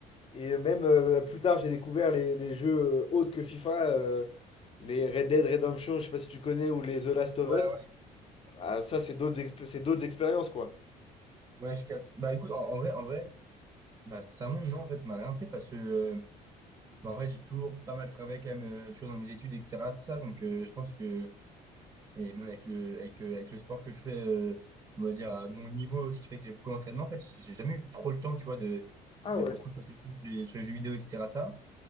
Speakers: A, on the left (about 35°); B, on the right (about 20°).
A: et même euh, plus tard, j'ai découvert les, les jeux autres que FIFA. euh, les Red Dead Redemption, je sais pas si tu connais, ou les The Last of
B: Ouais,
A: Us.
B: ouais.
A: Ah, ça, c'est d'autres exp- c'est d'autres expériences, quoi.
B: Ouais, je capte. Bah écoute, en, en vrai, en vrai, bah ça monte, non, en fait, ça m'a rien fait parce que, euh, bah, en vrai, j'ai toujours pas mal travaillé quand même, euh, tu vois, dans mes études, etc., de ça, donc euh, je pense que, et même avec le, avec, euh, avec le sport que je fais, euh, on va dire, à mon niveau, ce qui fait que j'ai beaucoup d'entraînement, en fait, j'ai jamais eu trop le temps, tu vois, de,
A: Ah
B: de
A: ouais.
B: beaucoup de passer de temps sur les sur les jeux vidéo, etc., de ça.